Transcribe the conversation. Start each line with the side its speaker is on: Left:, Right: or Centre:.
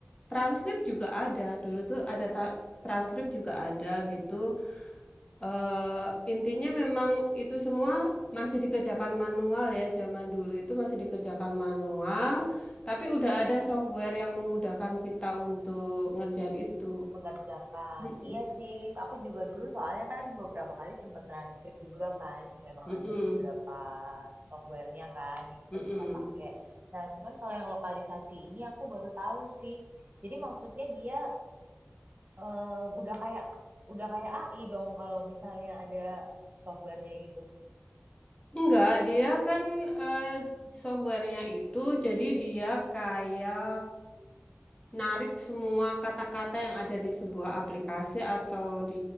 Left: transkrip juga ada. Dulu tuh ada ta- transkrip juga ada gitu eh intinya memang itu semua masih dikerjakan manual ya, zaman dulu itu masih dikerjakan manual, tapi udah ada software yang memudahkan kita untuk ngerjain itu.
Right: Mengerjakan.
Left: Mm-mm.
Right: Iya sih, aku juga dulu soalnya kan beberapa kali sempet transkrip juga kan. Memang
Left: Mm-mm.
Right: ada beberapa software kan yang kita
Left: Mm-mm.
Right: bisa pakai. Nah, cuman kalau yang lokalisasi ini aku baru tahu sih. Jadi maksudnya dia eh, udah kayak udah kayak AI dong kalau misalnya ada software-nya gitu.
Left: Enggak, dia kan eh, softwarenya itu jadi dia kayak narik semua kata-kata yang ada di sebuah aplikasi atau di